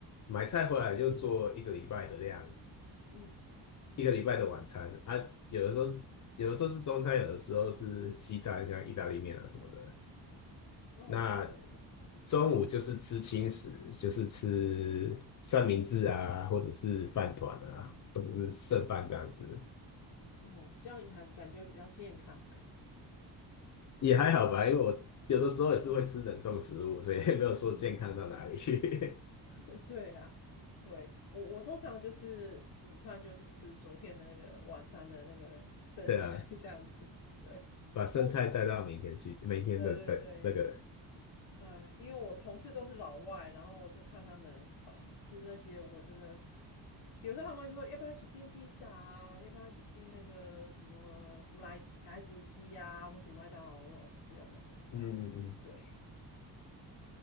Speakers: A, on the left; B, on the left.
A: 买菜回来就做一个礼拜的量，
B: 嗯，
A: 一个礼拜的晚餐啊，有的时候是有的时候是中餐，有的时候是西餐，像意大利面啊什么的。
B: 哦，
A: 那
B: 对，
A: 中午就是吃轻食，就是吃三明治啊，或者是饭团啊，或者是剩饭这样子，
B: 哦，这样也还感觉比较健康。
A: 也还好吧。因为我有的时候也是会吃冷冻食物，
B: <laughs> 嗯。
A: 所以也没有说健康到哪里去。
B: <laughs> 嗯哼哼哼，<laughs> 对啊，对，我我通常就是午餐就是吃昨天的那个晚餐的那个剩菜
A: <laughs> 对啊，
B: <laughs> 这样子，对，
A: 把剩菜带到明天去，
B: 我但
A: 明天的的那个。
B: 对对对，哎，因为我同事都是老外，然后我就看他们哦吃那些，我真的有时候他们就说要不要一起订披萨啊，要不要一起订那个什么福来鸡来福鸡啊，或什么麦当劳，我说哦不要不要不要不要，
A: 嗯嗯嗯
B: 不要对，